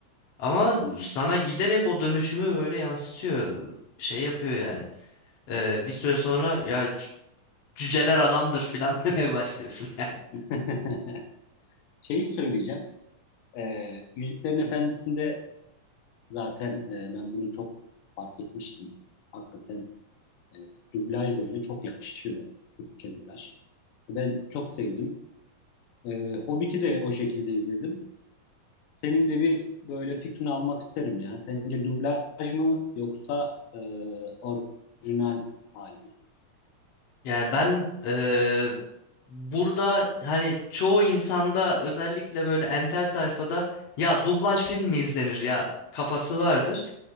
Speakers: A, on the left; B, on the left.
A: Ama
B: Hı.
A: sana giderek o dönüşümü böyle yansıtıyor. Şey yapıyor yani. E, bir süre sonra ya cüceler adamdır filan <laughs> demeye başlıyorsun yani.
B: hı. <laughs> Şeyi söyleyeceğim. E, Yüzüklerin Efendisi'nde Zaten e, ben bunu çok fark etmiştim. Hakikaten e, dublaj böyle çok yakışıyor. Türkçe dublaj. Ben çok sevdim. E, Hobbit'i de o şekilde izledim. Senin de bir böyle fikrini almak isterim ya. Sence dublaj mı yoksa e, orijinal hali mi?
A: Yani ben eee, burada hani çoğu insanda özellikle böyle entel tayfada ya dublaj film mi izlenir ya kafası vardır.